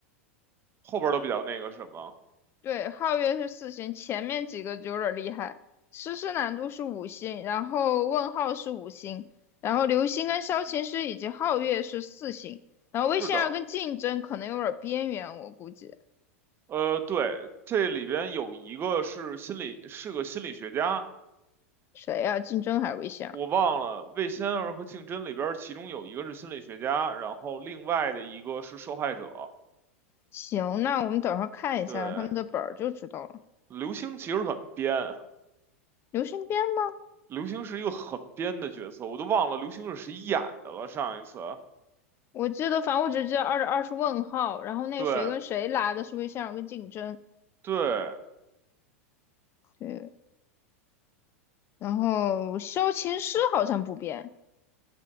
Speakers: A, on the right (about 30°); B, on the left (about 35°).
A: 后边儿都比较那个什么，
B: 对，皓月是四星，前面几个就有点厉害。诗诗难度是五星，然后问号是五星，然后流星跟萧琴师以及皓月是四星，然后魏仙儿跟竞争可能有点边缘，
A: 是的。
B: 我估计
A: 呃，对，这里边有一个是心理，是个心理学家，
B: 谁呀、竞争还是魏仙儿？
A: 我忘了《魏仙儿和竞真里边儿其中有一个是心理学家，然后另外的一个是受害者。
B: 行，那我们等会儿看一下他们的本儿就知道了。
A: 对，刘星其实很编，
B: 流星编吗？
A: 刘星是一个很编的角色，我都忘了刘星是谁演的了。上一次，
B: 我记得，反正我只记得二二是问号，然后那谁跟谁拉的是魏仙儿跟竞争，
A: 对对，
B: 对，然后萧琴师好像不变。